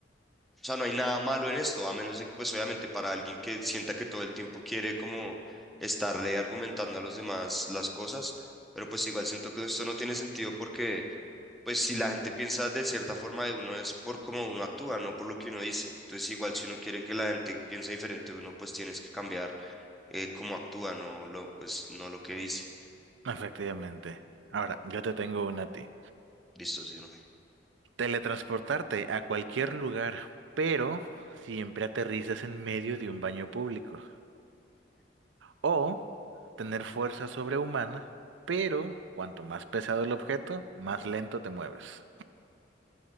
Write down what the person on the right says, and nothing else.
Efectivamente. Ahora, yo te tengo una a ti.
Teletransportarte a cualquier lugar, pero siempre aterrizas en medio de un baño público. O tener fuerza sobrehumana, pero cuanto más pesado el objeto, más lento te mueves.